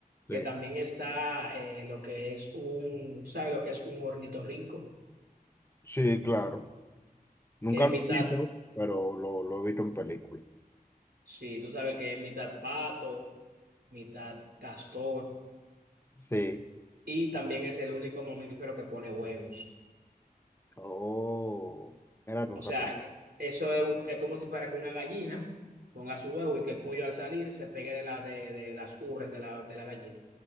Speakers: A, on the right; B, on the left.
A: que
B: Sí,
A: también está eh, lo que es un, ¿sabes lo que es un ornitorrinco?
B: sí, claro. Nunca
A: Que es
B: lo
A: mitad,
B: he visto, pero lo, lo he visto en películas.
A: sí, tú sabes que es mitad pato, mitad castor
B: Sí.
A: y también es el único mamífero que pone huevos.
B: Oh, era no
A: O
B: sabía.
A: sea, eso es, un- es como si fuera que una gallina ponga su huevo y que el pollo al salir se pegue de, la, de, de las ubres de la, de la gallina.